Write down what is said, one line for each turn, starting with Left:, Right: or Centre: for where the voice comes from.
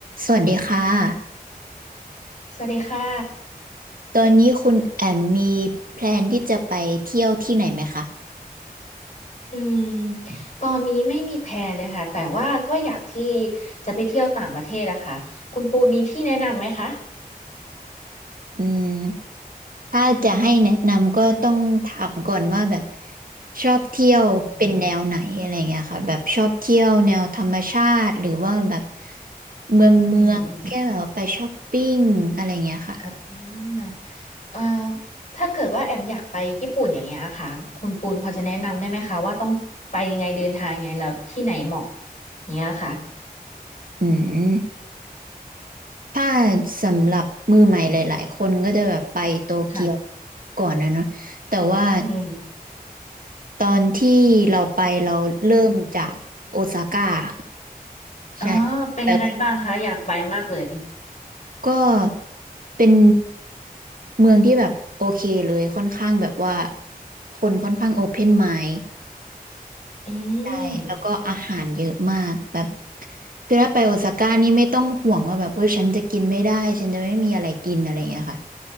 Right: สวัสดีค่ะ
Left: สวัสดีค่ะ
Right: ตอนนี้คุณแอมมีแพลนที่จะไปเที่ยวที่ไหนไหมคะ
Left: อืมตอนนี้ไม่มีแพลนเลยค่ะ แต่ว่าก็อยากที่จะไปเที่ยวต่างประเทศอะค่ะคุณปูมีที่แนะนำไหมคะ
Right: อืม ถ้าจะให้แนะนำก็ต้องถามก่อนว่าแบบชอบเที่ยวเป็นแนวไหนอะไรเงี้ยค่ะแบบชอบเที่ยวแนวธรรมชาติหรือว่าแบบ
Left: อืม
Right: เมืองเมืองแค่แบบไปช้อปปิ้งอะไรเงี้ยค่ะ
Left: อืมอืมอืมเอ่อถ้าเกิดว่าแอมอยากไปญี่ปุ่นอย่างเงี้ยค่ะคุณปูนพอจะแนะนำได้ไหมคะว่าต้องไปยังไงเดินทางยังไงแล้วที่ไหนเหมาะอย่างเงี้ยค่ะ
Right: อืมถ้าสำหรับมือใหม่หลายๆคนก็จะแบบไปโตเกียว
Left: ค่ะ
Right: ก่อนนะเนาะแต่ว่า
Left: อืม
Right: ตอนที่เราไปเราเริ่มจากโอซาก้าค่ะ
Left: อ๋อเป็นยังไงบ้างคะอยากไปมากเลย
Right: ใช่ไปก็เป็นเมืองที่แบบโอเคเลยค่อนข้างแบบว่าคนค่อนข้างโอเพนไมด์
Left: อืม
Right: ใช่แล้วก็อาหารเยอะมากแบบคือถ้าไปโอซาก้านี่ไม่ต้องห่วงว่าแบบเว้ยฉันจะกินไม่ได้ฉันจะไม่มีอะไรกินอะไรอย่างเงี้ยค่ะ